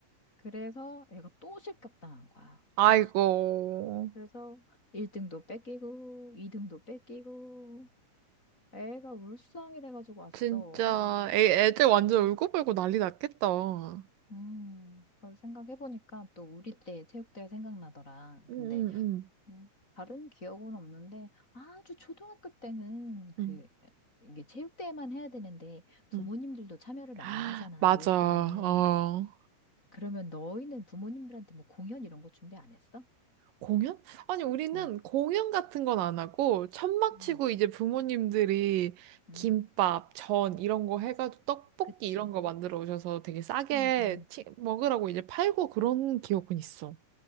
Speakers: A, on the left; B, on the right.
A: 그래서 애가 또 실격당한 거야.
B: 아이고.
A: 아, 그래서 1등도 뺏기고, 2등도 뺏기고, 애가 울상이 돼가지고 왔어.
B: 진짜, 애, 애들 완전
A: 음,
B: 울고불고 난리 났겠다. 응,
A: 음, 그걸 생각해보니까 또 우리 때 체육대회 생각나더라.
B: 응,
A: 근데
B: 응.
A: 음, 다른 기억은 없는데 아주 초등학교 때는 그
B: 응,
A: 이게 체육대회만 해야 되는데 부모님들도
B: 응.
A: 참여를 많이
B: <gasps>
A: 하잖아.
B: 맞아.
A: 우리 때는
B: 어.
A: 그러면 너희는 부모님들한테 뭐 공연 이런 거 준비 안 했어?
B: 공연? 아니, 우리는
A: 어,
B: 공연 같은 건 안 하고, 천막
A: 음.
B: 치고 이제 부모님들이
A: 음,
B: 김밥, 전 이런 거 해가지고 떡볶이
A: 그치.
B: 이런 거 만들어 오셔서 되게 싸게
A: 음, 음.
B: 치- 먹으라고 이제 팔고 그런 기억은 있어.